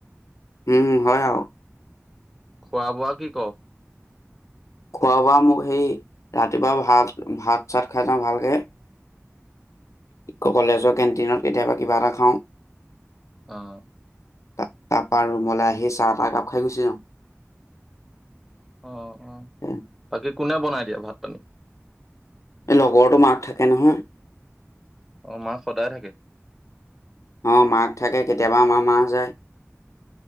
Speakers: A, on the left; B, in the centre.
A: উম হয় আৰু
B: খোৱা বোৱা কি কও
A: খোৱা বোৱা মোক সেই ৰাতিপুৱা ভাত ভাত চাত খাই যাও ভালকে কলেজৰ কেণ্টিনত কেতিয়াবা কিবা এটা খাওঁ।
B: অঁ
A: ত তাৰ পৰা ৰুমলৈ আহি চাহ তাহ একাপ খাই গুচি যাওঁ।
B: অ অ
A: এই
B: তাকে কোনে বনাই দিয়ে ভাত পানী
A: লগৰতো মাক থাকে নহয়।
B: অ মাক সদায় থাকে।
A: অ মাক থাকে কেতিয়াবা আমাৰ মা যায়।